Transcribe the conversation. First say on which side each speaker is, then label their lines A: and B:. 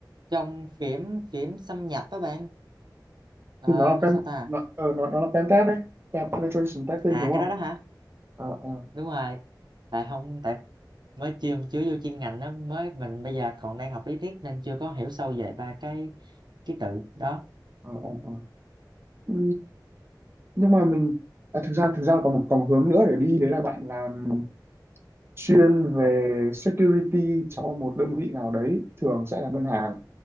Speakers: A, on the right; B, on the right.
A: trong kiểm kiểm xâm nhập các bạn Ờ,
B: thì nó là
A: nói
B: pen
A: sao ta
B: nó, ờ, nó, nó là pentest đấy Pen- penetration testing
A: à
B: đúng không
A: cái đó đó hả
B: ờ ờ
A: đúng rồi tại không tại mới chưa chưa vô chuyên ngành á mới mình bây giờ còn đang học lý thuyết nên chưa có hiểu sâu về ba cái ký tự đó
B: ờ ờ ờ. nhưng mà mình à, thực ra thực ra còn một còn một hướng nữa để đi đấy là bạn làm chuyên về security cho một đơn vị nào đấy thường sẽ là ngân hàng